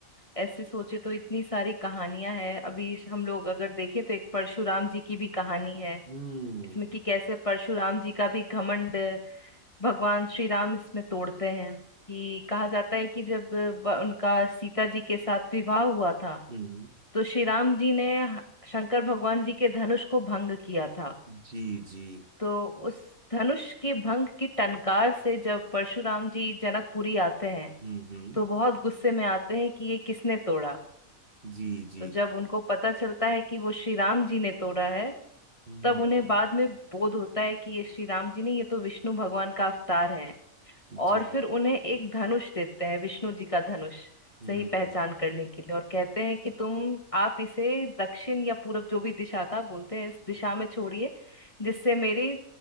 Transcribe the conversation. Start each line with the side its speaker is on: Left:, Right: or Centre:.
Left: ऐसे सोचे तो इतनी सारी कहानियां हैं अभी हम लोग अगर देखें तो एक परशुराम जी की भी कहानी है
Right: हम्म
Left: इसमें कि कैसे परशुराम जी का भी घमंड भगवान श्री राम इसमें तोड़ते हैं कि कहा जाता है कि जब व- उनका सीता जी के साथ विवाह हुआ था
Right: हम्म
Left: तो श्री राम जी ने ह- शंकर भगवान जी के धनुष को भंग किया था
Right: जी जी
Left: तो उस धनुष के भंग की टनकार से जब परशुराम जी जनकपुरी आते हैं
Right: हम्म हम्म
Left: तो बहुत गुस्से में आते हैं कि ये किसने तोड़ा
Right: जी जी
Left: तो जब उनको पता चलता है कि वो श्री राम जी ने तोड़ा है
Right: हम्म
Left: तब उन्हें बाद में बोध होता है कि ये श्री राम जी नहीं ये तो विष्णु भगवान का अवतार है और
Right: जी
Left: फिर उन्हें एक धनुष देते हैं विष्णु जी का धनुष
Right: हम्म
Left: सही पहचान करने के लिए और कहते हैं कि तुम आप इसे दक्षिण या पूरब जो भी दिशा था बोलते हैं इस दिशा में छोड़िए जिससे मेरी